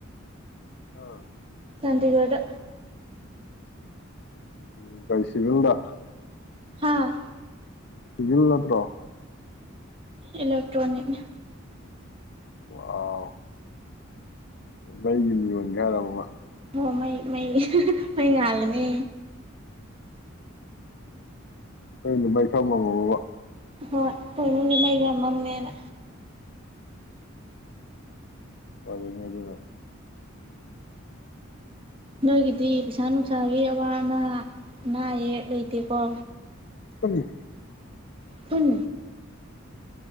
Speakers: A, on the left; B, on the right.
A: ꯑꯥ
B: ꯆꯥꯟꯗꯤꯒꯔꯗꯥ
A: ꯎꯝ ꯀꯩ ꯁꯤꯚꯤꯜꯗ
B: ꯍꯥꯥ
A: ꯁꯤꯚꯤꯜ ꯅꯠꯇ꯭ꯔꯣ
B: ꯏꯂꯣꯇ꯭ꯔꯣꯅꯤꯛꯅꯦ
A: ꯋꯥꯎ ꯕꯩꯒꯤ ꯌꯨ ꯌꯣꯟꯒꯦ ꯍꯥꯏꯔꯕꯨꯕ
B: ꯍꯣꯃꯩ ꯃꯩ ꯃꯩ ꯉꯥꯜꯂꯅꯤ
A: ꯑꯩꯅ ꯃꯩ ꯈꯞ ꯉꯝꯃꯣꯕꯣꯕ
B: ꯍꯣꯏ ꯈꯣꯏꯃꯨꯡꯗꯤ ꯃꯩ ꯈ ꯃꯝꯃꯦꯅ
A: ꯐꯔꯦꯅꯦ ꯑꯗꯨꯒ
B: ꯅꯣꯏꯒꯤꯗꯤ ꯄꯩꯁꯥ ꯅꯨꯡꯁꯥꯒꯤ ꯑꯋꯥ ꯑꯅꯥ ꯅꯥꯑꯌꯦ ꯂꯩ ꯇꯦꯀꯣ
A: <inaudible>
B: ꯄꯨꯟ